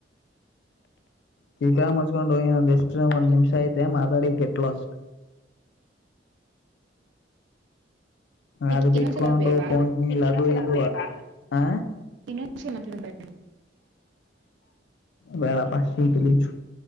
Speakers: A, on the left (about 65°); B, on the right (about 75°).
A: ಚೀಕ್ಕಾ ಮುಚ್ಕೊಂಡು ಹೊಂದ ಎಷ್ಟು ಒಂದ್ ನಿಮಿಷ ಐತೆ ಮಾತಾಡಿ ಗೆಟ್ ಲಾಸ್ಟ್
B: ಈಗ
A: ಅದು ಬಿಟ್ಕೊಂಡು
B: ಇನ್ನೊಂದ್ಸಲ ಬೇಡವಾ
A: ಕಂಕನಿ ಲದು ಇ ಆ
B: ಇಂಗ್ಷ ಮಾತಾಡಬೇ್ದು
A: ಬೇಡಪ್ಪ ಚಿ ಗಲೀಜು